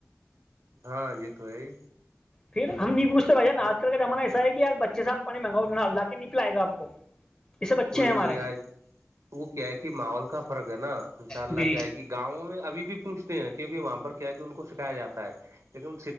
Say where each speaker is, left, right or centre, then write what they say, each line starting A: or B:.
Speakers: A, on the right; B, on the left.
A: ہاں جی تو ہے ہی
B: پھر ہم نہیں پوچھتے بج نا آج کل کا زمانہ ایسا ہے یار بچ سےپ پانی منگاؤ لا کے نہیں پلائے گا آپ کو اس سے بچے
A: کوئی
B: ہیں ہمارے
A: نہیں آج وہ کیا ہے کہ ماحول کا فرق ہے نا انشاء اللہ
B: جی
A: کیا ہے کہ گاؤں میں ابھی بھی پوچھتے ہیں کیکہ وہاں پر کیا کہ ان کو سکھایا جاتا ہے لیکن